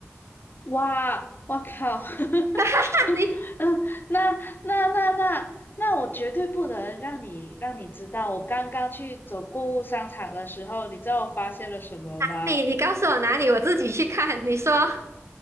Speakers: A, on the left; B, on the right.
A: 哇，我靠，<laughs>
B: <laughs> 你
A: 嗯，那那那那那我绝对不能让你让你知道，我刚刚去走购物商场的时候，你知道我发现了什么吗？
B: 你你告诉我哪里，我自己去看。你说。